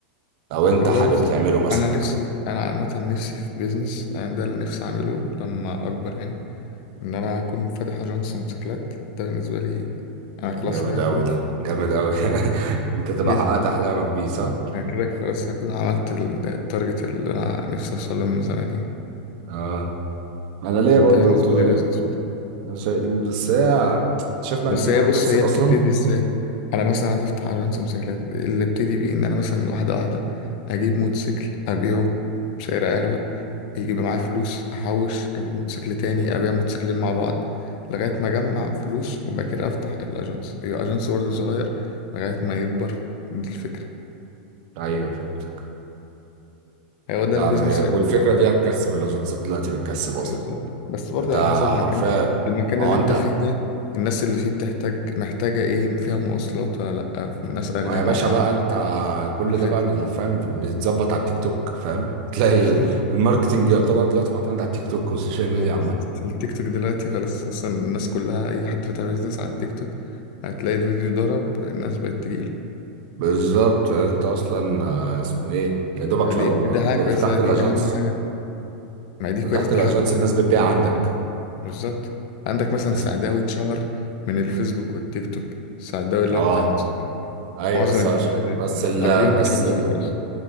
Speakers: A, on the right (about 55°); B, on the left (about 55°).
A: او انت
B: والله
A: حابب
B: بس
A: تعمله مثلا
B: انا نفسي انا عامة نفسي في بيزنس انا ده اللي نفسي اعمله لما اكبر يعني ان انا اكون فاتح اجنس موتوسيكلات ده بالنسبة لي انا خلاص
A: جامد
B: كده
A: قوي
B: هكون
A: ده جامد قوي <laughs> انت تبقى
B: <laughs> ايه
A: حققت احلامك بيه صح
B: أنا كده خلاص هكون عملت ال- التارجت اللي انا نفسي اوصله من زمان يعني
A: اه انا ليا
B: ده
A: برضو
B: بالنسبة
A: ط-
B: لي بيزنس بس
A: شا- بس هي شايف بقى
B: بس
A: ان هي
B: هي
A: هتكسب
B: بص هي بتبتدي
A: اصلا
B: ازاي انا مثلا عايز افتح اجنس موتوسيكلات اللي ابتدي بيه ان انا مثلا واحدة واحدة اجيب موتوسيكل ابيعه بسعر اغلى يجيب معايا فلوس احوش اجيب موتوسيكل تاني ابيع موتوسيكلين مع بعض لغاية ما اجمع فلوس وبعد كده افتح الاجنس يبقى اجنس برضه صغير لغاية ما يكبر دي الفكرة
A: ايوه فهمتك
B: هو ده
A: لا
B: البيزنس
A: ما هي
B: في
A: والفكره
B: اي حتة
A: دي هتكسب الاجنسات دلوقتي بتكسب اصلا
B: آه، بالظبط بس برضه
A: انت
B: على حسب المكان
A: حرفيا
B: المكان
A: ما
B: اللي
A: هو انت
B: انت فيه ده الناس اللي فيه بتحتاج محتاجة ايه فيها مواصلات ولا لأ ناس أغنياء
A: ما يا باشا
B: معاهم
A: بقى
B: عربية
A: انت كل
B: دي الفكرة
A: ده بقى من الفهم بيتظبط على التيك توك فاهم تلاقي
B: بالظبط
A: ال- الماركتينج يعتبر دلوقتي معتمد على التيك توك والسوشيال
B: <laughs>
A: ميديا
B: يعني بالظبط.
A: عامة
B: التيك توك دلوقتي خلاص أصلا الناس كلها أي حد فاتح بيزنس على التيك توك هتلاقي الفيديو ضرب الناس بقت تجيله
A: بالظبط انت اصلا آه، اسمه ايه يا دوبك
B: ما دي
A: لو
B: دي حاجة كويسة
A: فتحت
B: دي
A: الاجانس
B: أهم حاجة ما دي
A: فتحت
B: كويس دي
A: الاجانس
B: حاجة كويسة
A: الناس
B: جدا
A: بتبيع
B: في ال-
A: عندك
B: بالظبط عندك مثلا
A: الناس
B: سعداوي اتشهر من الفيسبوك والتيك توك السعداوي اللي
A: اه
B: هو بتاع موتوسيكلات
A: ايوه
B: معظم
A: بس
B: الناس
A: عش...
B: كده انت
A: بس ال...
B: قبليه ما
A: بس
B: كانش حد
A: ال...
B: يعرفه